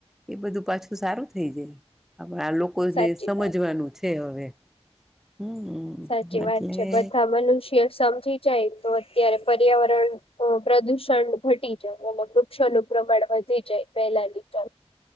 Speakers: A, in the centre; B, on the left.
A: એ બધું પાછું સારું થઈ જાય આપણા લોકોને
B: સાચી
A: સમજવાનું
B: વાત
A: છે હવે હમ
B: સાચી
A: એટલે
B: વાત છે બધા મનુષ્ય સમજી જાય તો અત્યારે પર્યાવરણ પ્રદુષણ ઘટી જાય અને વૃક્ષોનું પ્રમાણે વધી જાય પેલા ની ચાલ